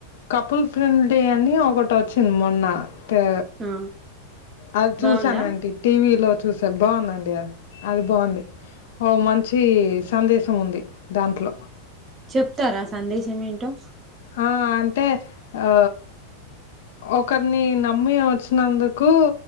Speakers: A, on the left (about 55°); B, on the right (about 25°).
A: కపుల్ ఫ్రెండ్ డే అని ఒకటి వొచ్చింది మొన్న టా
B: ఆ
A: అది చూశానంటి
B: బాగుందా
A: టీవీలో చూశ బాగుందండి అది బాగుంది. ఓ మంచి సందేశం ఉంది. దాంట్లో
B: చెప్తారా సందేశం ఏంటో?
A: ఆ అంటే ఆ ఒకరిని నమ్మి వచ్చినందుకు